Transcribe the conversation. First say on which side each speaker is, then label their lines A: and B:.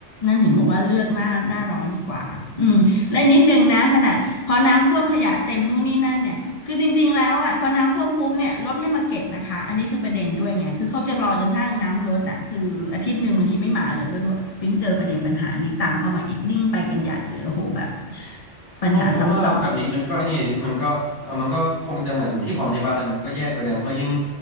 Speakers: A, on the left; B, on the left.
A: นั่นถึงบอกว่าเลือกหน้าหน้าร้อนดีกว่าอืมและนิดนึงนะขนาดพอน้ำท่วมขยะเต็มนู่นนี่นั่นเนี่ย คือจริงๆแล้วอ่ะพอน้ำท่วมปุ๊บเนี่ยรถไม่มาเก็บนะคะอันนี้คือประเด็นด้วยไงคือเขาจะรอจนทั้งน้ำลดอ่ะคืออาทิตย์หนึ่งบางทีไม่มาเลยก็ด้วยปิ๊งเจอประเด็นปัญหานี้ตามเข้ามาอีกยิ่งไปกันใหญ่เลยโอ้โหแบบ
B: โอ้แปลว่าแบบนี้มันก็ไอ้นี่ดิมันก็เออมันก็คงจะเหมือนที่ผมอธิบายแต่มันก็แย่กว่าเดิมเพราะยิ่ง
A: สอะซ้